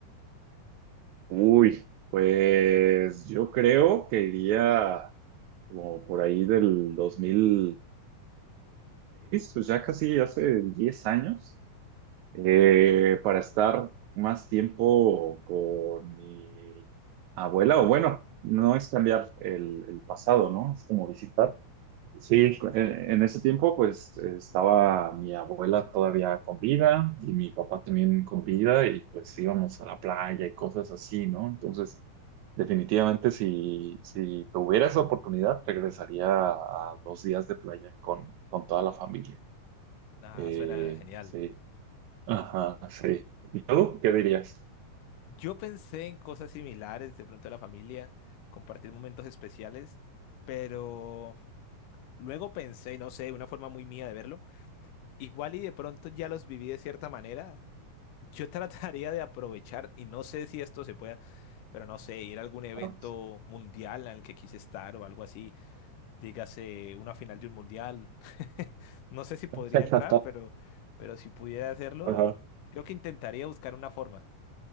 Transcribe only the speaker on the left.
Nada,
suena genial.
Yo pensé en cosas similares, de pronto la familia, compartir momentos especiales, pero luego pensé, no sé, una forma muy mía de verlo, igual y de pronto ya los viví de cierta manera, yo <laughs> trataría de aprovechar, y no sé si esto se pueda, pero no sé, ir a algún evento
mundial en el que quise estar o algo así, dígase una final de un mundial, <laughs> no sé si podría
entrar, pero, pero si pudiera hacerlo,
creo que intentaría buscar una forma